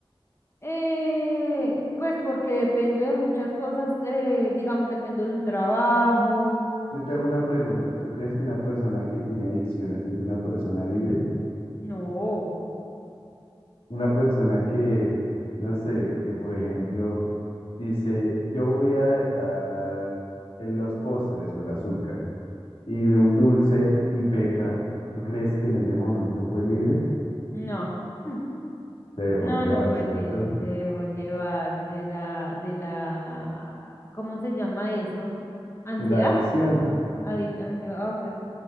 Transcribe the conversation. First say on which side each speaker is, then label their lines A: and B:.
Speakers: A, on the left; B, on the left.
A: Eh, pues porque dependo de muchas cosas, eh, digamos, dependo de un trabajo.
B: Yo te hago una pregunta. ¿Tú crees que una persona que tiene adicciones es una persona libre?
A: No,
B: Una persona que, no sé, que por ejemplo dice, yo voy a dejar en los postres o el azúcar y ve un dulce y peca, ¿tú crees que en ese momento fue libre?
A: no. <laughs>
B: Se dejó
A: No,
B: llevar,
A: no fue
B: ¿cierto?
A: Lil, se dejó llevar de la, de la, ¿cómo se llama eso? ¿Ansiedad?
B: De la adicción,
A: Ay, ansiedad, ok.